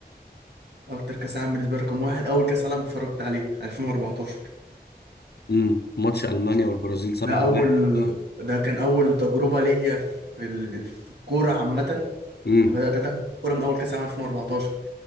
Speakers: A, on the right; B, on the left.
A: اكتر كاس عالم بالنسبه لي رقم واحد اول كاس عالم اتفرجت عليه 2014
B: امم ماتش المانيا
A: عشان
B: والبرازيل 7-1
A: ده اول
B: اه
A: ده كان اول تجربه ليا في ال- في الكوره عامه
B: امم
A: أنا بدات اتابع الكوره من اول كاس عالم 2014